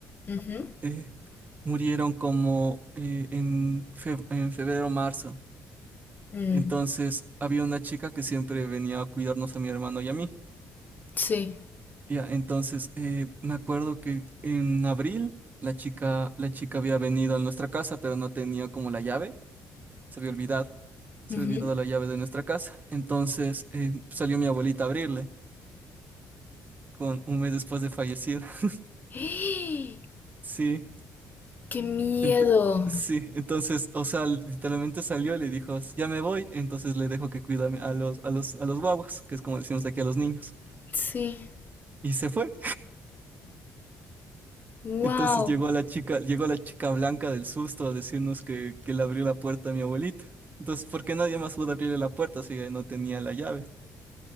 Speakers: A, on the left (about 35°); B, on the right (about 30°).
A: Ujú.
B: eh, murieron como eh, en, fe- en febrero o marzo.
A: Mm,
B: Entonces había una chica que siempre venía a cuidarnos a mi hermano y a mí.
A: Sí.
B: Ya, entonces eh, me acuerdo que en abril la chica, la chica había venido a nuestra casa, pero no tenía como la llave. se había olvidado, se
A: Ujú.
B: había olvidado la llave de nuestra casa. Entonces eh, salió mi abuelita a abrirle, con un mes después de fallecida. <laughs>
A: ¡Eh!
B: Sí,
A: ¡Qué miedo!
B: ento- sí, entonces, o sea, literalmente salió y le dijo, ya me voy, entonces le dejo que cuida a mi- a los, a los, a los guaguas, que es como decimos aquí a los niños.
A: Sí.
B: Y se fue.
A: Wow.
B: Entonces llegó la chica, llegó la chica blanca del susto a decirnos que, que le abrió la puerta a mi abuelita. Entonces, ¿por qué nadie más pudo abrirle la puerta si ella no tenía la llave?